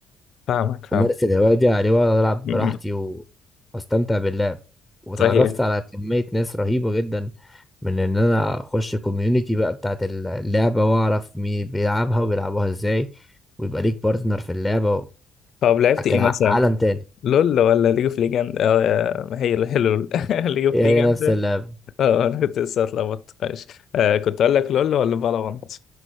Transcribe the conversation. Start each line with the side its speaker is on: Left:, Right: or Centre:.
Left: فاهمك فاهم
Centre: امارس الهوايه دي على الهواء، واقعد العب
Left: امم
Centre: براحتي و- واستمتع باللعب وتعرفت
Left: صحيح
Centre: على كميه ناس رهيبه جدا من ان انا اخش كوميونتي بقى بتاعت اللعبه واعرف مين بيلعبها وبيلعبوها ازاي ويبقى ليك بارتنر في اللعبه
Left: طب لعبت ايه
Centre: كان
Left: مثلا
Centre: ع- عالم تاني
Left: لول ولا ليج اوف ليجند اه ما هي هي لول <laughs> ليج اوف
Centre: ايه
Left: ليجند
Centre: هي نفس اللعبه
Left: اه انا كنت لسه اتلخبطت ماشي آه كنت اقول لك لول ولا فالورانت